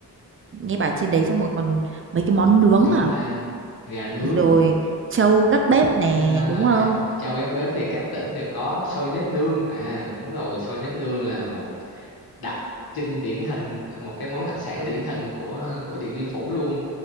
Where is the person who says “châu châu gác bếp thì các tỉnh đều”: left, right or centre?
Left